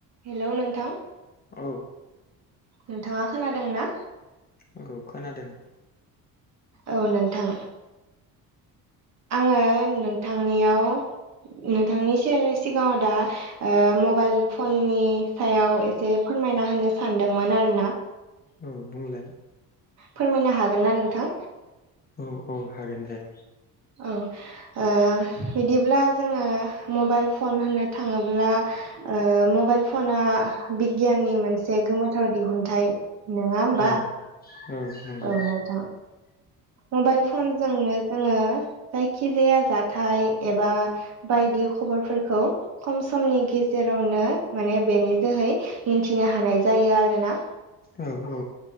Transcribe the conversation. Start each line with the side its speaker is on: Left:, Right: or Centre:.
Right: हेल' नोंथां
Left: औ
Right: नोंथांङा खोनादों ना
Left: आंखौ खोनादों
Right: औ नोंथां आंङो नोंथांनियाव नोंथांनि सिगांङाव दा मबाइल फननि सायाव एसे फोरमायना होनो सानदोंमोन आरोना
Left: औ बुंलाय
Right: फोरमायनो हागोन ना नोंथां
Left: औ औ हागोन दे
Right: औ ओ बिदिब्ला जोङो मबाइल फन होननो थाङोब्ला ओ मबाइल फना बिगियाननि मोनसे गोमोथाव दिहुनथाइ नोङा होमबा
Left: औ औ नंगौ
Right: औ नोंथां मबाइल फनजोंनो जोङो जायखिजाया जाथाय एबा बायदि खबरफोरखौ खम समनि गेजेरावनो माने बेनि जोहै मिथिनो हानाय जायो आरोना
Left: औ औ